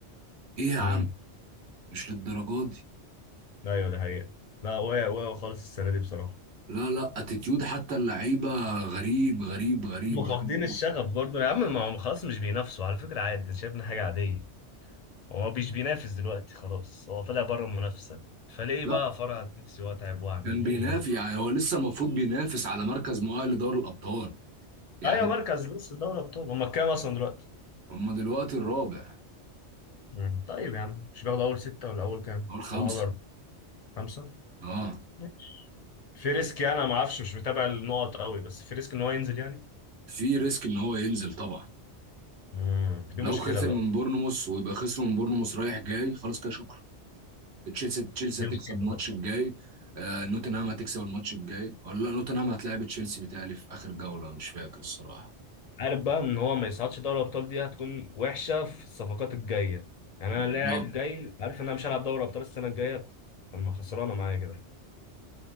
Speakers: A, on the right (about 70°); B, on the left (about 45°).
A: ايه يا عم
B: امم
A: مش للدرجه دي
B: ايوه ده حقيقة لا وقع وقع خالص السنة دي بصراحة
A: لا لا اتيتيود حتى اللعيبه غريب غريب غريب
B: هم
A: غريب
B: فاقدين الشغف برضه يا عم ما هم خلاص مش بينافسوا على فكرة عادي شايفنا حاجة عادية هو مش بينافس دلوقتي خلاص هو طلع بره المنافسة فليه
A: لا
B: بقى فرع نفسي واتعب واعمل
A: كان بينافس
B: ليه يعني
A: يعني هو لسه المفروض بينافس على مركز مؤهل لدوري الابطال يعني
B: ايوه مركز لسه دوري ابطال هم كام اصلا دلوقتي
A: هم دلوقتي الرابع
B: مم. طيب يا عم مش باخده اول ستة ولا اول كام
A: هو الخمسة
B: ولا اول أربعة خمسة
A: اه
B: ماشي في ريسك يعني انا ما اعرفش مش متابع النقط قوي بس في ريسك ان هو ينزل يعني
A: في ريسك ان هو ينزل طبعا
B: امم دي
A: لو
B: مشكلة
A: خسر
B: بقى
A: من بورنموث ويبقى خسر من بورنموث رايح جاي خلاص كده شكرا تشيلسي تشيلسي
B: دي
A: هتكسب
B: مصيبة
A: الماتش
B: بقى
A: الجاي آه نوتنهام هتكسب الماتش الجاي ولا لا نوتنهام هتلاعب تشيلسي بتهيألي في اخر جولة مش فاكر الصراحة
B: عارف بقى ان هو ما يصعدش دوري الابطال دي هتكون وحشة في الصفقات الجاية يعني انا
A: بالظبط
B: لاعب جاي عارف ان انا مش هلعب دوري ابطال السنة الجاية طب ما خسرانة معايا كده